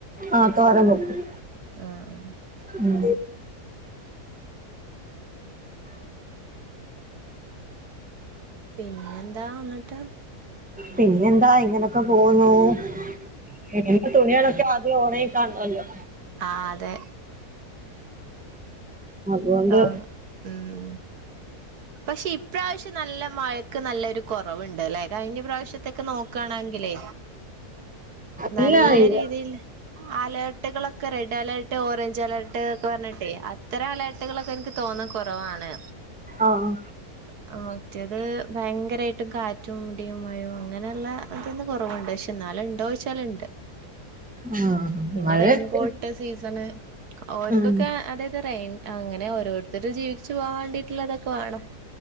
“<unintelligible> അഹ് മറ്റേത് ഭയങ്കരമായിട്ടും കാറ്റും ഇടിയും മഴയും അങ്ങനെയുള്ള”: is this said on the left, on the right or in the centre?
Right